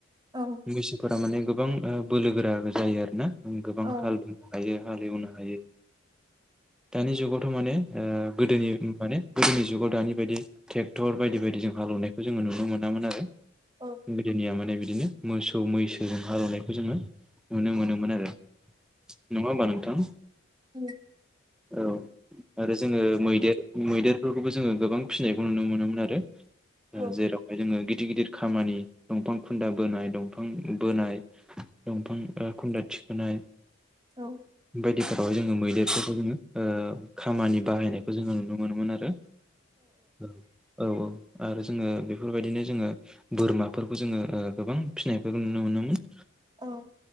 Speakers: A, on the right; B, in the centre.
A: औ
B: मैसोफोरा माने गोबां बोलोगोरा जायो आरो ना गोबां
A: औ
B: हाल बोनो हायो। हालेवनो हायो दानि जुगावथ' माने गोदोनि माने गोदोनि जुगाव दानि बायदि ट्रेक्टर बायदि बायदि जों हालेवनायखौ जोङो नुनो मोनामोन आरो
A: औ
B: गोदोनिया माने बिदिनो मोसौ मैसोजों हालेवनायखौ जोङो नुनो मोनोमोन आरो। नङा होनबा नोंथां?
A: उम।
B: औ आरो जोङो मैदेर मैदेरफोरखौबो जोङो गोबां फिसिनायखौ नुनो मोनोमोन आरो
A: औ
B: जेरावहाय जोङो गिदिर गिदिर खामानि दंफां खुन्दा बोनाय दंफां बोनाय दंफां खुन्दा थिखो नाय
A: औ।
B: बायदिफोरावहाय जोङो मैदेरफोरखौ जोङो ओ खामानि बाहायनायखौ जोङो नुनो मोनोमोन आरो औ। औ औ आरो जोङो बेफोरबायदिनो जोङो बोरमाफोरखौ जोङो गोबां फिनायफोरखौ नुनो मोनोमोन।
A: औ।